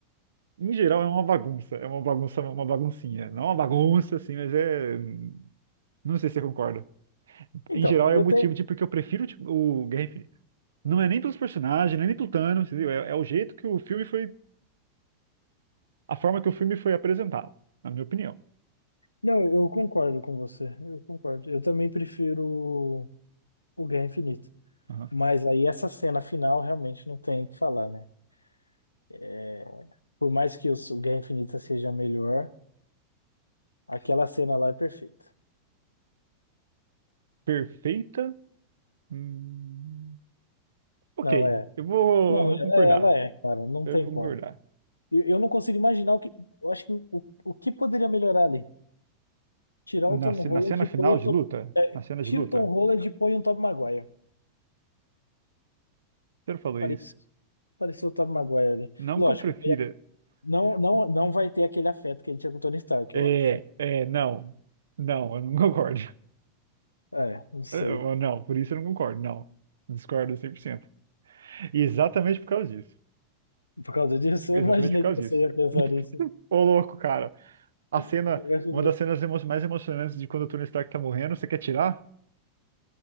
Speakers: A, on the right; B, on the left.
A: Em geral é uma bagunça, é uma bagunça, uma baguncinha. Não é uma bagunça, assim, mas é. Não sei se você concorda.
B: então,
A: Em geral
B: eu
A: é o motivo
B: tenho.
A: de porque eu prefiro tipo, o Guerra Infinita. Não é nem pelos personagens, nem pelo Thanos, entendeu? É, é o jeito que o filme foi. A forma que o filme foi apresentado, na minha opinião.
B: Não, eu concordo com você. Eu concordo. Eu também prefiro o Guerra Infinita.
A: Aham.
B: Mas aí essa cena final realmente não tem o que falar, né? É, Por mais que os- o Guerra Infinita seja melhor, aquela cena lá é perfeita.
A: Perfeita. Hum, Ok,
B: Não, é.
A: eu vou,
B: Não,
A: eu vou
B: é-
A: concordar.
B: é, ela é, cara. Não
A: Eu
B: tem
A: vou
B: como.
A: concordar.
B: Eu, eu não consigo imaginar o que. Eu acho que o, o, o que poderia melhorar ali? Tirar
A: Na,
B: o Tom
A: ce-
B: Holland
A: na cena
B: e
A: final
B: põe o
A: de
B: Tom.
A: luta?
B: é,
A: Na cena
B: tira
A: de luta?
B: o Tom Holland e põe o Tom Maguire.
A: Você não falou
B: Parece,
A: isso.
B: pareceu o Tom Maguire ali.
A: Não
B: Lógico.
A: que eu prefira.
B: Não, não, não vai ter aquele afeto que ele tinha com o Tony Stark,
A: É,
B: eu acho.
A: é, não. Não, eu não concordo. <laughs>
B: É, não sei.
A: É, Não, por isso eu não concordo. Não. Discordo 100%. E exatamente por causa disso.
B: Por causa disso,
A: Exatamente
B: eu imaginei
A: por causa
B: que você
A: disso.
B: ia pensar nisso.
A: Ô, louco, cara. A cena,
B: Eu imaginei.
A: uma das cenas emo- mais emocionantes de quando o Tony Stark tá morrendo, você quer tirar?